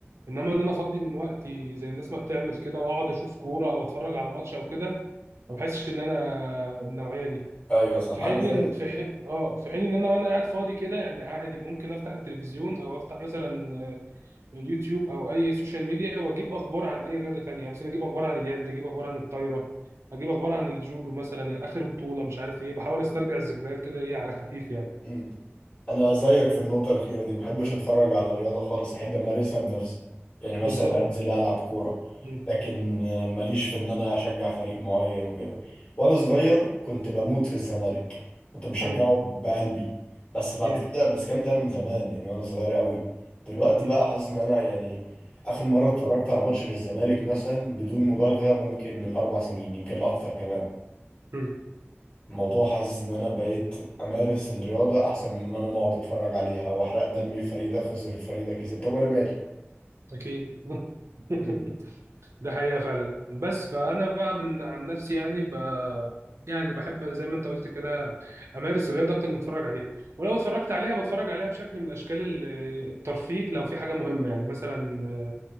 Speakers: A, on the right; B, on the left.
A: إنما إن أنا أفضي من وقتي زي الناس ما بتعمل كده وأقعد أشوف كورة أو أتفرج على ماتش أو كده ما بحسش إن أنا النوعية دي
B: أيوه صح
A: في
B: أنا
A: حين
B: زيك
A: إن- في حين اه في حين ان انا وانا قاعد فاضي كده يعني عادي ممكن افتح التلفزيون او افتح مثلا يوتيوب او اي سوشيال ميديا واجيب اخبار عن اي رياضه تانية مثلا اجيب اخبار عن اليد اجيب اخبار عن الطايره اجيب اخبار عن الجودو مثلا اخر بطوله مش عارف ايه بحاول استرجع الذكريات كده ايه على خفيف يعني
B: مم. انا زيك في النقطه الاخيره دي محبش اتفرج على الرياضه خالص احب امارسها بنفسي يعني مثلا
A: بالظبط
B: انزل العب كوره
A: مم.
B: لكن ماليش في ان انا اشجع فريق معين وكده وانا صغير كنت بموت في الزمالك كنت بشجعه
A: مم.
B: بقلبي بس بعد
A: مم.
B: كده بس كام ده من زمان يعني وانا صغير قوي دلوقتي
A: مم.
B: بقى حاسس ان انا يعني اخر مره اتفرجت على ماتش للزمالك مثلا بدون مبالغه ممكن من اربع سنين يمكن اكتر كمان
A: مم.
B: الموضوع حاسس ان انا بقيت امارس الرياضة احسن من ما انا اقعد اتفرج عليها واحرق دمي فريدة خسر فريدة كسب طب وانا مالي
A: اكيد <laughs>
B: مم.
A: ده حقيقه فعلا بس فانا بقى بن- عن نفسي يعني ب... يعني بحب زي ما انت قلت كده امارس الرياضه اكتر ما اتفرج عليها ولو اتفرجت عليها بتفرج عليها بشكل من اشكال ال- الترفيه لو في حاجه مهمه يعني مثلا